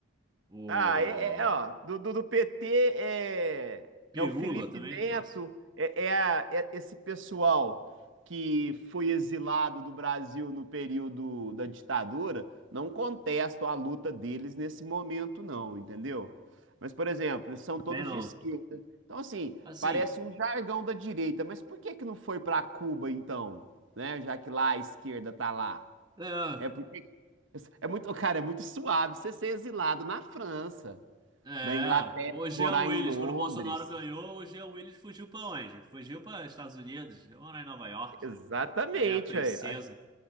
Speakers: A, on the right (about 20°); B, on the right (about 70°).
A: O
B: Ah, é, é, é, ó, do, do, do PT é,
A: Pirula
B: é o Felipe
A: também.
B: Neto,
A: Nossa,
B: é, é, a- é esse pessoal que foi exilado do Brasil no período da ditadura, não contesto a luta deles nesse momento, não, entendeu? Mas, por exemplo, eles são
A: também
B: todos
A: não.
B: de esquerda. Então, assim,
A: Assim.
B: parece um jargão da direita, mas por que que não foi para Cuba, então? Né? Já que lá a esquerda tá lá.
A: É,
B: É porque <laughs> é muito, cara, é muito suave você ser exilado na França
A: é,
B: na Inglaterra,
A: o Jean
B: morar
A: Willis,
B: em Londres.
A: quando o Bolsonaro ganhou, o Jean Willis fugiu para onde? Fugiu para Estados Unidos, ou em Nova York.
B: Exatamente,
A: Que nem a princesa.
B: aí.